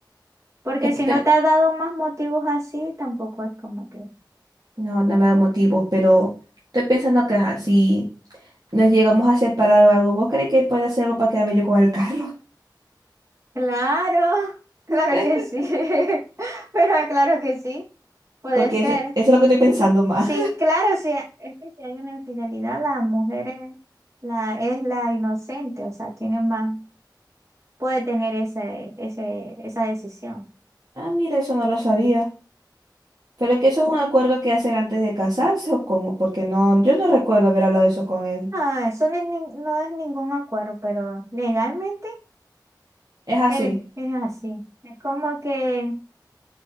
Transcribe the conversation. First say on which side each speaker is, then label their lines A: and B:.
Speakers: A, on the right; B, on the right.
A: Porque
B: Es
A: si
B: que
A: no
B: te-
A: te ha dado más motivos así, tampoco es como que.
B: no, no me da motivos, pero estoy pensando que ajá, si nos llegamos a separar o algo, ¿vos crees que puede hacer algo para quedarme yo con el carro?
A: Claro, claro
B: <laughs>
A: que sí, <laughs> pero claro que sí, puede
B: Porque
A: ser.
B: es- eso es lo que estoy pensando más.
A: Sí, claro, sí, es que si hay una infidelidad, la mujer es la, es la inocente, o sea, tiene más, puede tener ese, ese, esa decisión.
B: Ah, mira, eso no lo sabía. Pero que eso es un acuerdo que hacen antes de casarse o cómo, porque no, yo no recuerdo haber hablado de eso con él.
A: Ah, eso no es, nin- no es ningún acuerdo, pero legalmente
B: Es así.
A: él es así. Es como que